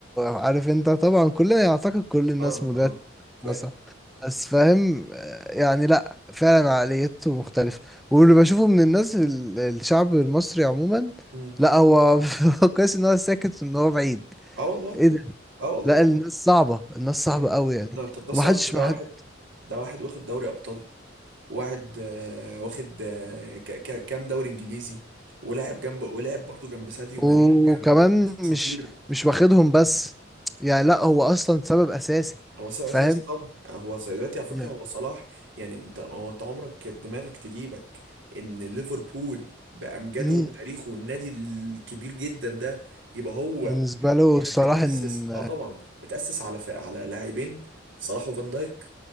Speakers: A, in the centre; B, on the right.
A: عارف انت طبعا كلنا يعتقد كل الناس
B: اه
A: مديرة
B: اه فاهم
A: ناسا بس فاهم آه، يعني لا فعلا عقليته مختلفة واللي بشوفه من الناس ال- الشعب المصري عموما
B: امم
A: لا هو <laughs> هو كويس ان هو ساكت وان هو بعيد
B: اه والله
A: ايه ده
B: اه والله
A: لا
B: بجد.
A: الناس صعبة الناس
B: عم
A: صعبة قوي يعني
B: ده طب ده صلاح
A: ومحدش
B: ده ده
A: محد
B: واحد ده واحد واخد دوري ابطال واحد آه واخد آه ك- ك- كام دوري انجليزي ولاعب جنب ولاعب برضو جنب ساديو
A: وكمان
B: ماني وجنب ناس
A: مش
B: اساطير
A: مش واخدهم بس يعني
B: يعني.
A: لا هو اصلا سبب اساسي
B: هو سبب
A: فاهم
B: اساسي طبعا يعني هو دلوقتي على فكره
A: يعني
B: هو صلاح يعني انت هو انت عمرك كانت دماغك تجيبك ان ليفربول بامجاده
A: مم.
B: وبتاريخه النادي الكبير جدا ده يبقى هو
A: بالنسبة له
B: يعني
A: صلاح
B: متاسس
A: ان
B: اه طبعا متاسس على ف... على لاعبين صلاح وفان دايك